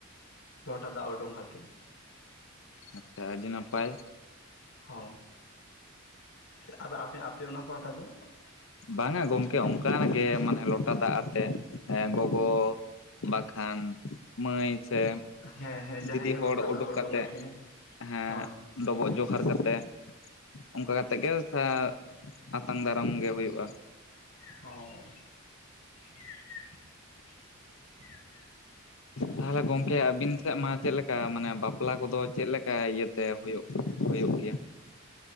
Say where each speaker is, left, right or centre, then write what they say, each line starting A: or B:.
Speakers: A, on the left (about 85°); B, on the left (about 65°).
A: ᱞᱚᱴᱟ ᱫᱟᱜ ᱩᱰᱩᱝ ᱠᱟᱛᱮ᱾
B: ᱟᱪᱷᱟ ᱟᱹᱰᱤ ᱱᱟᱯᱟᱭ᱾
A: ᱦᱚ ᱪᱮᱫ ᱟᱯᱮ ᱟᱯᱮ ᱚᱱᱟ ᱯᱟᱦᱟᱴᱟ ᱫᱚ?
B: ᱵᱟᱝᱟ ᱜᱚᱢᱠᱮ ᱚᱱᱠᱟᱱ ᱜᱮ ᱢᱟᱱᱮ ᱞᱚᱴᱟ ᱫᱟᱜ ᱟᱛᱮ ᱮᱸ ᱜᱚᱜᱚ ᱵᱟᱠᱷᱟᱱ ᱢᱟᱹᱭ ᱥᱮ
A: ᱦᱮᱸ ᱦᱮᱸ ᱡᱟᱦᱟᱸᱭ
B: ᱫᱤᱫᱤ
A: ᱜᱮ
B: ᱦᱚᱲ
A: ᱞᱚᱴᱟ ᱫᱟᱜ
B: ᱩᱰᱩᱠ
A: ᱩᱰᱩᱝᱟᱜ
B: ᱠᱟᱛᱮᱫ
A: ᱠᱤᱱᱟᱹ
B: ᱦᱮᱸ
A: ᱦᱳᱭ
B: ᱰᱚᱵᱚᱜ ᱡᱚᱦᱟᱨ ᱠᱟᱛᱮ ᱚᱱᱠᱟ ᱠᱟᱛᱮ ᱜᱮ ᱥᱟ ᱟᱛᱟᱝ ᱫᱟᱨᱟᱢ ᱜᱮ ᱦᱩᱭ ᱠᱚᱜᱼᱟ᱾
A: ᱦᱚᱸ᱾ <inaudible>
B: ᱛᱟᱦᱚᱞᱮ ᱜᱚᱝᱠᱮ ᱟᱹᱵᱤᱱ ᱥᱮᱫ ᱢᱟ ᱪᱮᱫᱞᱮᱠᱟ ᱢᱟᱱᱮ ᱵᱟᱯᱞᱟ ᱠᱚᱫᱚ ᱪᱮᱫᱞᱮᱠᱟ ᱤᱭᱟᱹᱛᱮ ᱦᱩᱭᱩᱜ ᱦᱩᱭᱩᱜ ᱜᱮᱭᱟ?